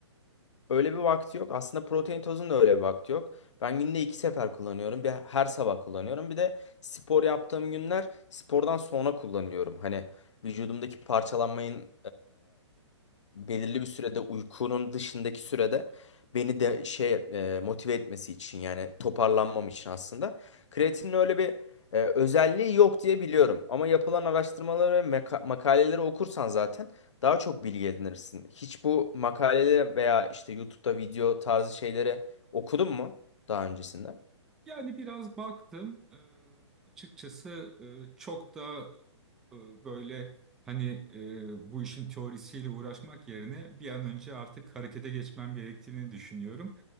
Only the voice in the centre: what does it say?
Yani biraz baktım Eee, açıkçası eee, çok da eee, böyle hani eee, bu işin teorisiyle uğraşmak yerine bir an önce artık harekete geçmem gerektiğini düşünüyorum.